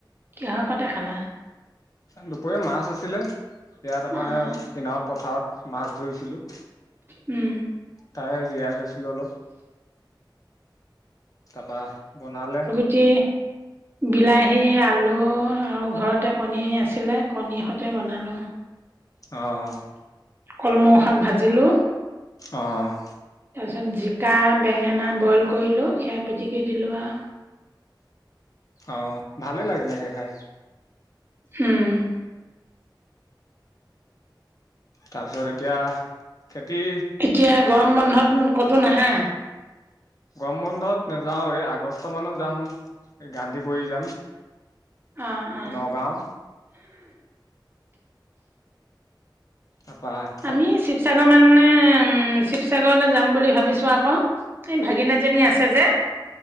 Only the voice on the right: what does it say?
কিহকতে খালা?
অ',
উম।
যে বিলাহী, আলু আৰু ঘৰতে কণী আছিলে কণীহতে বনালোঁ।
কল মৌ শাক ভাজিলো।
তাৰপিছত জিকা, বেঙেনা বইল কৰিলোঁ সেয়া পিটিকি দিলোঁ আৰু
উম।
এতিয়া গৰম বন্ধত ক'তো নাহা!
অ অ
আমি শিৱসাগৰ মানে শিৱসাগৰলৈ যাম বুলি ভাবিছো আকৌ এই ভাগিন এজনী আছে যে